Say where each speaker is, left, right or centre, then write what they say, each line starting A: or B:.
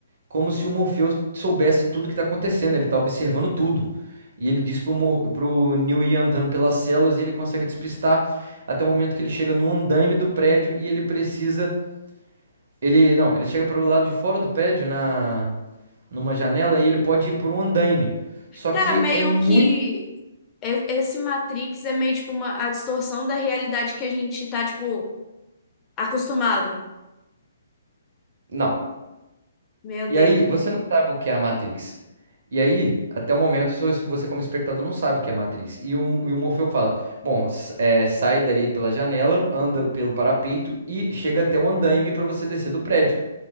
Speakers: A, on the right; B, on the left.
A: como se o Morfeu soubesse tudo que tá acontecendo, ele tá observando tudo. E ele diz pro, Mor pro Neo ir andando pelas celas e ele consegue despistar até o momento que ele chega no andaime do prédio e ele precisa. Ele, não, ele chega para o lado de fora do prédio, na, numa janela, e ele pode ir por um andaime. Só
B: Cara,
A: que
B: meio
A: é muito.
B: que e- esse Matrix é meio tipo uma a distorção da realidade que a gente tá, tipo, acostumado.
A: Não.
B: Meu Deus.
A: E aí, você não sabe o que é a Matrix. E aí, até o momento, so- você como espectador não sabe o que é a Matrix. E o, e o Morfeu fala, bom, s- é, sai daí pela janela, anda pelo parapeito e chega até o andaime pra você descer do prédio.